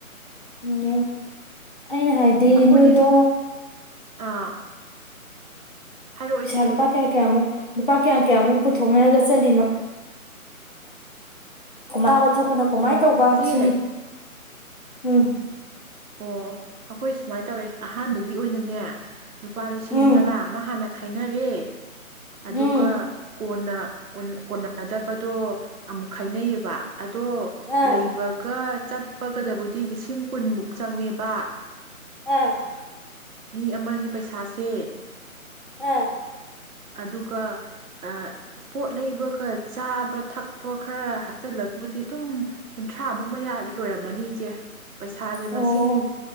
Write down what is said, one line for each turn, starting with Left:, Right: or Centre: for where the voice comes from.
Left: ꯎꯝ꯫ ꯑꯩꯅ ꯍꯥꯏꯗꯤ
Right: ꯑꯩꯈꯣꯏꯁꯦ
Left: ꯅꯣꯏꯗꯣ
Right: ꯑꯥ꯫ ꯍꯥꯏꯔꯛꯑꯣ ꯏꯆꯦ
Left: ꯁꯥ ꯂꯨꯜꯄꯥ ꯀꯌꯥ ꯀꯌꯥ ꯃꯨꯛ ꯂꯨꯄꯥ ꯀꯌꯥꯝ ꯀꯌꯥꯃꯨꯛ ꯄꯨꯊꯣꯛꯅꯔꯒ ꯆꯠꯂꯤꯅꯣ ꯆꯥꯕꯥ ꯊꯛ ꯅ ꯀꯃꯥꯏ
Right: ꯑꯣ
Left: ꯇꯧꯕ
Right: ꯏꯆꯦ
Left: ꯁꯤꯅꯤ꯫ ꯎꯝ꯫
Right: ꯑꯣ ꯑꯩꯈꯣꯏ ꯁꯨꯃꯥꯏ ꯇꯧꯋꯦ ꯑꯍꯥꯟꯕꯒꯤ ꯑꯣꯏꯅꯅꯦ ꯂꯨꯄꯥ ꯂꯤꯁꯤꯡ
Left: ꯎꯝ
Right: ꯇꯔꯥ ꯑꯃ ꯍꯥꯅ ꯍꯥꯏꯅꯔꯦ꯫ ꯑꯗꯨꯒ
Left: ꯎꯝ
Right: ꯀꯣꯟꯅ ꯀꯣꯟꯅ ꯀꯣꯟꯅꯗꯕꯗꯣ ꯑꯃꯨꯛ ꯈꯥꯏꯅꯩꯌꯦꯕ꯫ ꯑꯗꯣ
Left: ꯑꯥ
Right: ꯂꯩꯕꯒ ꯆꯠꯄꯒꯗꯕꯨꯗꯤ ꯂꯤꯁꯤꯡ ꯀꯨꯟꯃꯨꯛ ꯆꯪꯉꯦꯕ꯫
Left: <unintelligible>
Right: ꯃꯤ ꯑꯃꯒꯤ ꯄꯩꯁꯥꯁꯦ꯫
Left: <unintelligible>
Right: ꯑꯗꯨꯒ ꯑꯥ ꯄꯣꯠ ꯂꯩꯕꯒ ꯆꯥꯕ ꯊꯛꯄ ꯈꯔ ꯍꯥꯞꯆꯤꯜꯂꯒꯕꯨꯗꯤ ꯑꯗꯨꯝ ꯀꯨꯟꯊ꯭ꯔꯥꯃꯨꯛ ꯃꯌꯥꯗꯤ ꯂꯣꯏꯔꯝꯃꯅꯤ ꯏꯆꯦ ꯄꯩꯁꯥ
Left: ꯑꯣ
Right: ꯁꯤꯡ